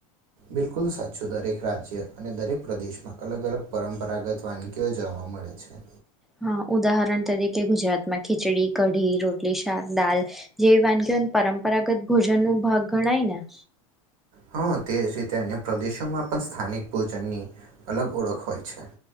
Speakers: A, on the right; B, in the centre.
A: બિલકુલ સાચું દરેક રાજ્ય અને દરેક પ્રદેશમાં અલગ અલગ પરંપરાગત વાનગીઓ જોવા મળે છે.
B: હા ઉદાહરણ તરીકે ગુજરાતમાં ખીચડી કઢી રોટલી શાક દાલ, જેવી વાનગીઓ પરંપરાગત ભોજન નો ભાગ ગણાય ને.
A: હા તે રીતે અન્ય પ્રદેશોમાં પણ સ્થાનિક ભોજનની અલગ ઓળખ હોય છે.